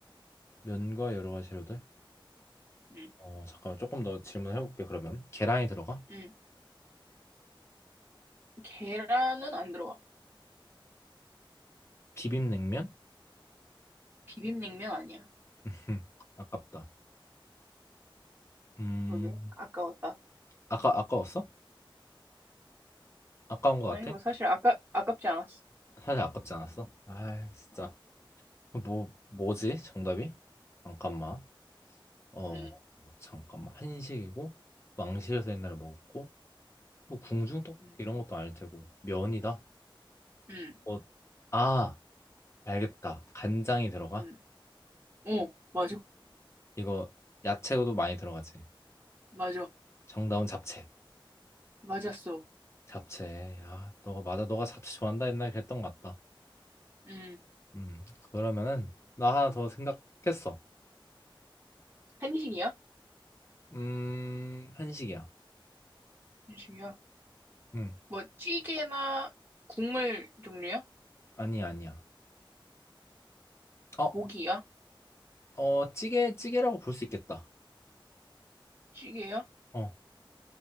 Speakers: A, on the left; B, on the right.
A: 면과 여러 가지 재료들?
B: 응,
A: 어, 잠깐만, 조금 더 질문해볼게, 그러면. 계란이 들어가?
B: 응. 계란은 안 들어와.
A: 비빔냉면?
B: 비빔냉면 아니야.
A: <laughs> 흠, 아깝다. 음,
B: 그게 아까웠다.
A: 아까, 아까웠어? 아까운 것
B: 아니
A: 같아?
B: 뭐 사실 아까 아깝지 않았어.
A: 사실 아깝지 않았어? 아, 진짜.
B: 어,
A: 뭐, 뭐지? 정답이? 잠깐만. 어
B: 응,
A: 잠깐만 한식이고 왕실에서 옛날에 먹었고 뭐 궁중 떡볶이
B: 응,
A: 이런 것도 아닐 테고 면이다.
B: 응.
A: 어, 아 알겠다. 간장이 들어가?
B: 뭔? 어, 맞아,
A: 이거 야채도 많이 들어가지.
B: 맞아,
A: 정답은 잡채.
B: 맞았어.
A: 잡채. 아 너 맞아. 너가 잡채 좋아한다 옛날에 그랬던 것 같다.
B: 응.
A: 음 그러면은 나 하나 더 생각했어.
B: 한식이야?
A: 음 한식이야.
B: 한식이야.
A: 음
B: 뭐 찌개나 국물 종류야?
A: 아니야 아니야. 어
B: 고기야?
A: 어, 찌개 찌개라고 볼 수 있겠다.
B: 찌개야?
A: 어.